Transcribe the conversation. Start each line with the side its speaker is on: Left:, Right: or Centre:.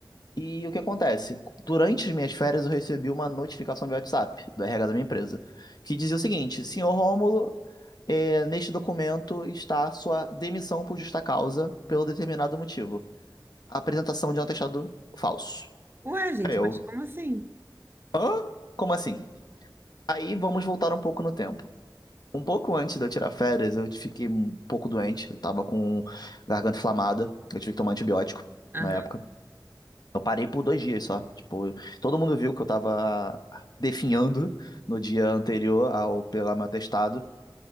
Left: E o que acontece? Durante as minhas férias, eu recebi uma notificação via WhatsApp do RH da minha empresa, que dizia o seguinte: Senhor Rômulo, é, neste documento está a sua demissão por justa causa, pelo determinado motivo. a apresentação de um atestado falso.
Right: Ué, gente,
Left: Aí eu,
Right: mas como assim?
Left: hã? Como assim? Aí vamos voltar um pouco no tempo. Um pouco antes de eu tirar férias, eu fiquei um pouco doente. Eu tava com garganta inflamada. Eu tive que tomar antibiótico
Right: Aham,
Left: na época. Eu parei por dois dias só. Tipo, todo mundo viu que eu tava definhando no dia anterior ao pegar meu atestado.